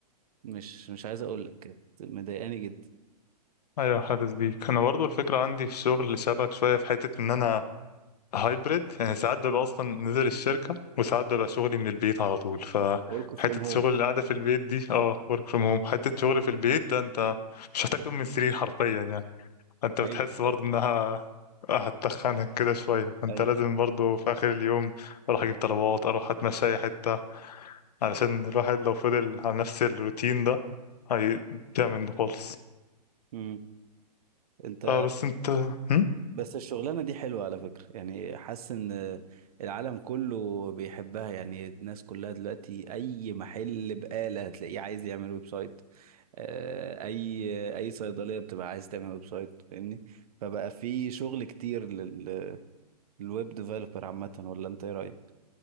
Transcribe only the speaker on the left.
ايوه حاسس بيك انا برضو الفكرة عندي في الشغل شبك شوية في حتة ان انا هايبريد يعني ساعات ببقى اصلا نزل الشركه وساعات ببقى شغلي من البيت على طول فحته
شغل القعده في البيت دي اه ورك فروم هوم حته شغل في البيت ده انت مش محتاج تقوم من السرير حرفيا يعني انت
بتحس برضه
انها هتتخنك كده شويه انت
لازم برضه في اخر اليوم اروح اجيب طلبات اروح اتمشى اي حته علشان الواحد لو فضل على نفس الروتين ده هيضيع منه خالص
آه بس انت هم؟